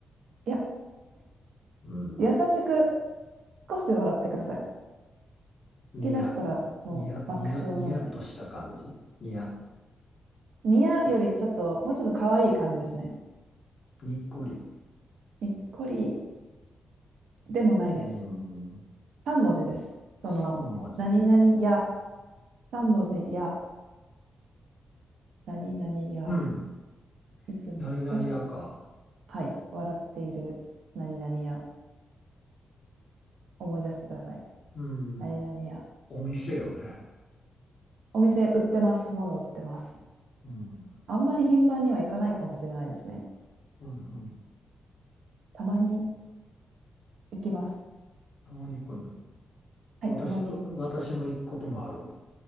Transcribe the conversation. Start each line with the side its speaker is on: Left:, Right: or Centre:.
Right: いや、
Left: うん。
Right: 優しく少し笑ってください。
Left: にや、
Right: 吹き出したらもう爆笑なんで。
Left: にや、にや、にやっとした感じ。にや、
Right: ニヤよりちょっと、もうちょっと可愛い感じですね。
Left: にっこり。
Right: にっこりでもないです。
Left: うん。
Right: 3文字です。その、
Left: 三文字。
Right: 何々や、3文字や、何々や、
Left: うん。
Right: いつも少し
Left: 何々やか。
Right: はい、笑っている何々屋、思い出してください。
Left: うん。
Right: 何々屋。
Left: お店よね。
Right: お店売ってます。物売ってます。
Left: うん。
Right: あんまり頻繁には行かないかもしれないですね。
Left: うんうん。
Right: たまに行きます。
Left: たまに行くんだ。
Right: はい、
Left: 私、
Right: たまに。
Left: う私も行くこともある。